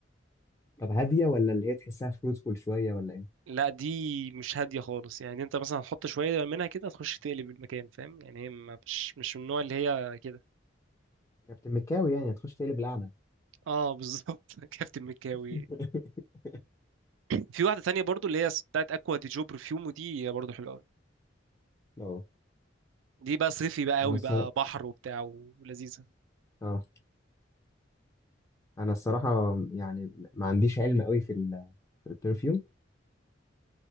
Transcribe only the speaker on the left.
طب هاديه ولا اللي هي تحسها فروتفول شويه ولا ايه
كابتن مكاوي يعني هتخش تقلب القعده
<laughs>
اه
انا
الصراحه
اه انا الصراحه يعني ما عنديش علم قوي في ال- في البرفيوم